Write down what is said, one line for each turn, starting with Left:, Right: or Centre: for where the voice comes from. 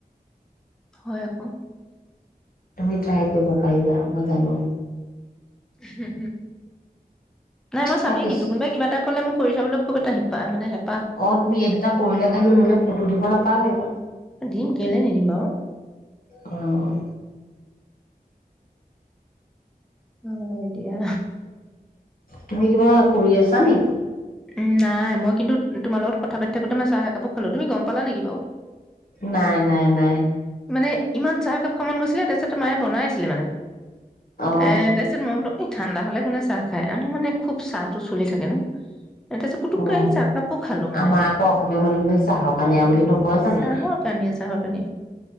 Centre: হয়। অ'।
Left: তুমি ট্ৰাই কৰিব পাৰিবা মই জানো।
Centre: হম, হম। নাই মই চামেই
Left: তাৰ পিছ
Centre: কিন্তু কোনোৱাই কিবা এটা ক'লে মোক কৰি চাবলৈ খুব এটা হিপা মানে হেপ
Left: অ', তুমি এই দুটা কৰিলে খালি মোলৈ ফটো দিব নাপাহৰিবা অ'।
Centre: দিম কেলে নিদিম বাৰু
Left: উম।
Centre: অ দিয়া।
Left: তুমি কিবা কৰি আছা নে
Centre: উম, নাই মই কিন্তু তোমাৰ লগত কথা পাতি থাকোতে মই চাহ একাপো খাঁলো। তুমি গম পালা নেকি বাৰু?
Left: নাই নাই নাই
Centre: মানে ইমান চাহকাপ খাব মন গৈছিলে তাৰপিছত তো মাইয়ে বনাইছে মানে
Left: অ
Centre: এ তাৰপিছত মই বোলো এই ঠাণ্ডা হ'লে কোনে চাহ খাই আমা মানে খুব চাহ টো চলি থাকে ন' তাৰপিছত পুতুককে
Left: অ',
Centre: আহি চাহ একাপো খালো মানে
Left: আমাৰ আকৌ অসমীয়া মানুহখিনিক চাহৰ কানীয়া বুলি নকয় জানো।
Centre: চাহৰ কানিয়ে চাহৰ কানিয়ে